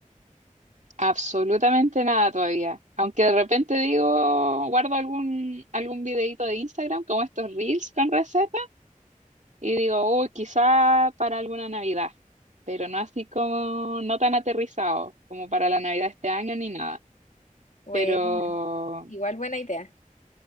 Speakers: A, on the right (about 60°); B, on the left (about 60°).
A: Absolutamente nada todavía. Aunque de repente digo, guardo algún, algún videito de Instagram, como estos reels con recetas, y digo, uy, quizá para alguna Navidad, pero no así como, no tan aterrizado como para la Navidad este año ni nada.
B: bueno
A: Pero
B: igual buena idea.